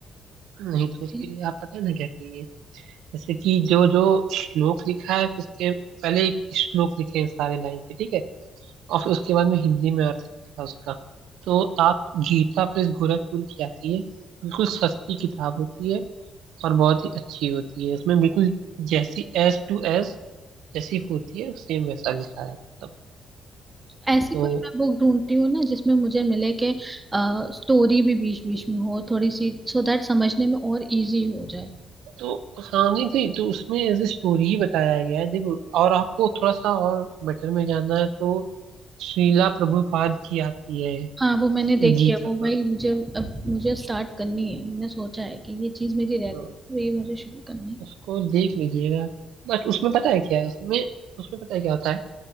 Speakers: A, on the right; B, on the right.
A: नहीं तो उसके
B: एक-
A: लिए आप पता है ना क्या करिए जैसे कि जो जो श्लोक लिखा है फिर उसके पहले एक श्लोक लिखे हैं सारे लाइन से ठीक है और फिर उसके बाद में हिंदी में अर्थ था उसका तो आप गीता प्रेस गोरखपुर की आती है बिल्कुल सस्ती किताब होती है और बहुत ही अच्छी होती है उसमें बिल्कुल जैसी एस टू एस जैसी होती है सेम वैसा लिखा है सब
B: ऐसी
A: तो
B: कोई मैं बुक ढूंढती हूँ ना जिसमें मुझे मिले कि स्टोरी भी बीच बीच में हो थोड़ी सी सो दैट समझने में और इजी हो जाए
A: तो हाँ नहीं नहीं तो उसमें एज ए स्टोरी ही बताया गया है देखो और आपको थोड़ा सा और बेटर में जाना है तो श्रीला प्रभुपाद की आती है
B: हाँ वो मैंने देखी
A: गीता
B: है वो भाई
A: पर
B: मुझे अब मुझे स्टार्ट करनी है मैंने सोचा है कि ये चीज मेरी रहती
A: हाँ,
B: है तो ये मुझे शुरू करना है
A: उसको देख लीजिएगा बट उसमें पता है क्या है उसमें उसमें पता है क्या होता है